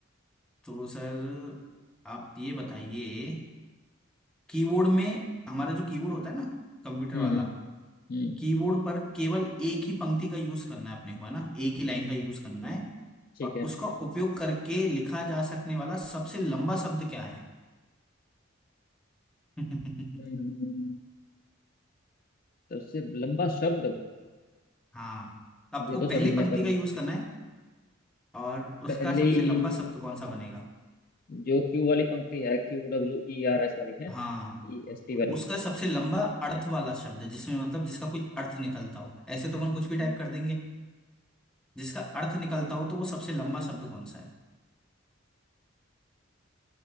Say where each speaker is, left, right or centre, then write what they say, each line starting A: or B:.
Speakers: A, in the centre; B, on the left.
A: तो सर आप ये बताइए कीबोर्ड में हमारा जो कीबोर्ड होता है ना कंप्यूटर
B: हम्म
A: वाला
B: हम्म हम्म
A: कीबोर्ड पर केवल एक ही पंक्ति का यूज करना है अपने को है ना एक ही लाइन का यूज करना है
B: ठीक
A: और
B: है
A: उसका उपयोग करके लिखा जा सकने वाला सबसे लंबा शब्द क्या है <laughs>
B: हम्म, सबसे लंबा शब्द
A: हाँ आपको
B: ये तो
A: पहली
B: सर मैंने
A: पंक्ति
B: कभी
A: का यूज करना है और
B: पहली
A: उसका सबसे लंबा शब्द कौन सा बनेगा
B: जो क्यू वाली पंक्ति है Q W E R S वाली है
A: हाँ
B: ई एस टी
A: उसका सबसे लंबा अर्थ वाला शब्द जिसमें मतलब जिसका कोई अर्थ निकलता हो ऐसे तो अपन
B: वाली
A: कुछ भी टाइप कर देंगे जिसका अर्थ निकलता हो तो वो सबसे लंबा शब्द कौन सा है